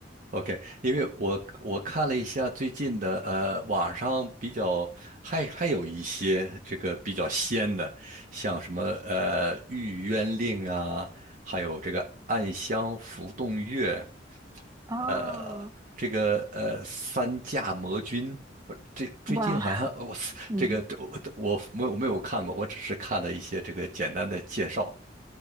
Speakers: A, on the right; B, on the right.
A: OK，因为我我看了一下最近的，呃，网上比较还还有一些这个比较仙的，像什么呃《玉渊令》啊，还有这个《暗香浮动月》，
B: 哦，
A: 呃，这个呃《三驾魔君》不是，这最近好像我这个这我我我没有我没有看过，
B: 哇，<laughs> 嗯。
A: 我只是看了一些这个简单的介绍。